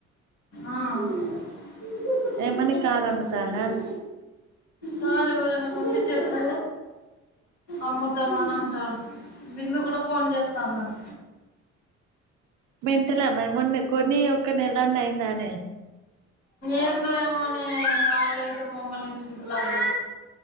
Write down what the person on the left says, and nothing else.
ఆ ఉహ్
ఉహ్ కారు ఎవరైనా కొంటే చెప్పు అమ్ముతామని అంటా బిందు కూడా ఫోన్ చేస్తాన్నది
ఏందో ఏమోనే వాళ్ళయితే మమ్మల్ని విసిగిత్తాల్లు